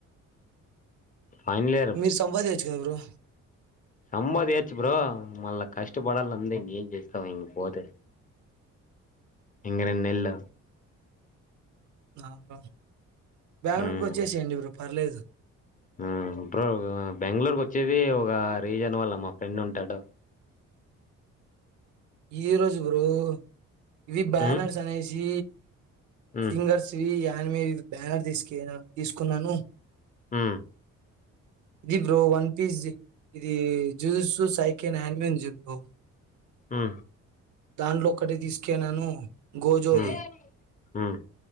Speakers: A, on the left; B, on the right.
A: ఫైనల్
B: మీరు సంపాదించచ్చు కదా బ్రో
A: సంపాదించో బ్రో మళ్ళా కష్టపడాల అంద ఇ ఏం చేస్తావా ఇం పోతే
B: <unintelligible>
A: ఇంఘనేనుయేల
B: నా ప బెంగళూరుకి
A: ఉమ్
B: వచ్చేసేయండి బ్రో పర్లేదు
A: మ్మ్ బ్రో బెంగళూరుకి వచ్చేది ఒక రీజన్ వల్ల మా ఫ్రెండ్ ఉంటాడు
B: ఈ రోజు బ్రో ఇవి బ్యానర్స్
A: మ్మ్
B: అనేసి
A: మ్మ్
B: సింగర్స్వి యానిమేవి బ్యానర్ తీసుకే తీసుకున్నాను
A: ఉ
B: ఇది బ్రో వన్ పీస్ ఇది జ్యూస్ సై కైనన్మయన్ జెపి
A: ఉ
B: దాంట్లో ఒక్కటి తీసుకెన్నాను గోజోది
A: మ్మ్ మ్మ్